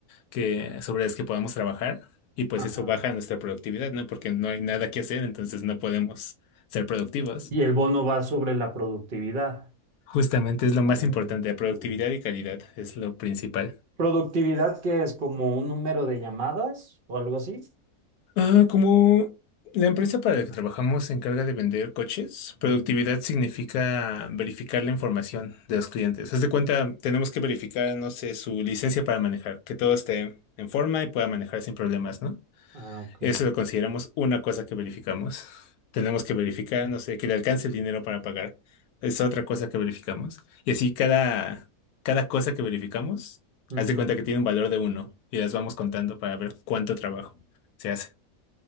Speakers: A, on the left; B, on the right.
A: que, sobre las que podamos trabajar y pues
B: ajá.
A: eso baja nuestra productividad, ¿no? Porque no hay nada que hacer, entonces no podemos ser productivos.
B: Y el bono va sobre la productividad.
A: Justamente es lo más
B: Oh,
A: importante, la productividad
B: ok.
A: y calidad es lo principal.
B: ¿Productividad que es como un número de llamadas o algo así?
A: Ah, como la empresa para la que trabajamos se encarga de vender coches, productividad significa verificar la información de los clientes. Haz de cuenta, tenemos que verificar, no sé, su licencia para manejar, que todo esté en forma y pueda manejar sin problemas, ¿no?
B: Ah, ok.
A: Eso lo consideramos una cosa que verificamos. Tenemos que verificar, no sé, que le alcance el dinero para pagar. Es otra cosa que verificamos. Y así cada, cada cosa que verificamos,
B: Ujú,
A: haz de cuenta que tiene un valor de uno y las vamos contando para ver cuánto trabajo se hace.